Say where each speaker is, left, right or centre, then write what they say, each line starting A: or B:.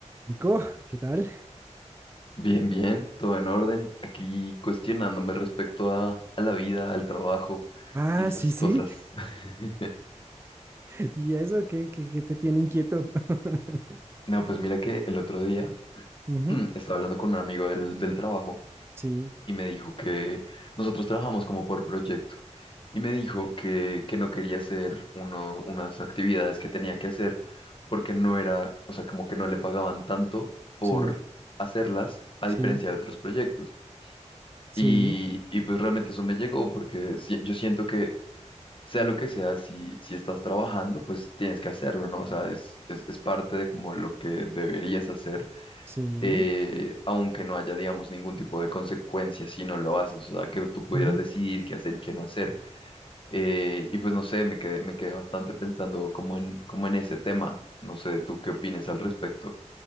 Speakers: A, on the right (about 20°); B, on the left (about 45°).
A: Nico, ¿qué tal?
B: Bien, bien, todo en orden. Aquí cuestionándome respecto a, a la vida, al trabajo
A: Ah,
B: y esas
A: sí, sí.
B: cosas. <laughs>
A: <laughs> ¿Y eso qué, qué, qué te tiene inquieto? <laughs>
B: No, pues mira que el otro día
A: Ujú,
B: <clears throat> estaba hablando con un amigo del, del trabajo
A: Sí,
B: y me dijo que nosotros trabajamos como por proyecto y me dijo que, que no quería hacer uno, unas actividades que tenía que hacer porque no era, o sea, como que no le pagaban tanto por
A: sí,
B: hacerlas a
A: sí,
B: diferencia de otros proyectos.
A: sí,
B: Y, y pues realmente eso me llegó porque si- yo siento que sea lo que sea, si, si estás trabajando, pues tienes que hacerlo, ¿no? O sea, es, es, es parte de como lo que deberías hacer,
A: sí.
B: eh, aunque no haya, digamos, ningún tipo de consecuencia si no lo haces, o sea, que tú pudieras
A: ujú.
B: decidir qué hacer y qué no hacer. Eh, y pues no sé, me quedé, me quedé bastante pensando como en, como en ese tema. No sé, ¿tú qué opinas al respecto?